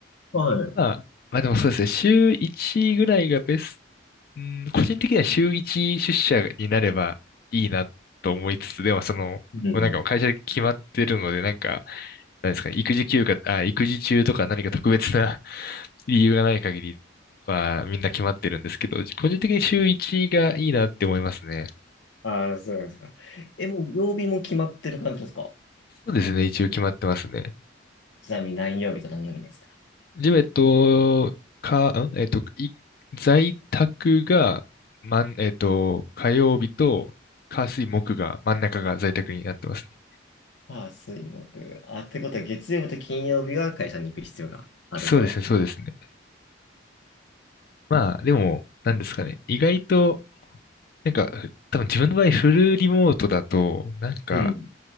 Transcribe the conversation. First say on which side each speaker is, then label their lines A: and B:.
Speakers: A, on the left (about 70°); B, on the left (about 50°).
A: はい。
B: まあ、まあでもそうですね、週1ぐらいがベスト、うん個人的には週1出社になればいいなと思いつつ、でもその、
A: うん。
B: もうなんかもう会社で決まってるので、なんか、なんですかね、育児休暇、あ、育児中とか何か特別な <laughs> 理由がない限りはみんな決まってるんですけど、個人的に週1がいいなって思いますね。
A: ああ、そうなんですか。え、もう曜日も決まってる感じですか
B: そうですね、一応決まってますね。
A: ちなみに何曜日と何曜日なんですか
B: ジム、えっと、か、んえっと、い、在宅が、まん、えっと、火曜日と、火水木が、真ん中が在宅になってますね。
A: ああ、水木。あ、ってことは月曜日と金曜日は会社に行く必要があると。
B: そうですね、そうですね。まあ、でも、なんですかね。意外と、なんか、多分自分の場合、フルリモートだと、なんか、
A: うん。